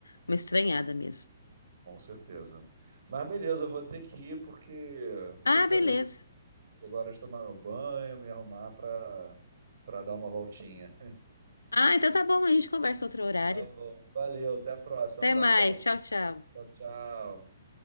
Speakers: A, on the left; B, on the right.
A: uma estranhada mesmo.
B: Com certeza. Mas beleza, eu vou ter que ir porque sexta-noite,
A: Ah, beleza.
B: agora eu vou tomar meu banho, me arrumar para para dar uma voltinha.
A: Ah, então tá bom, a gente conversa outro horário.
B: Tá bom. Valeu, até a próxima.
A: Até
B: Um abração.
A: mais, tchau, tchau.
B: Tchau, tchau.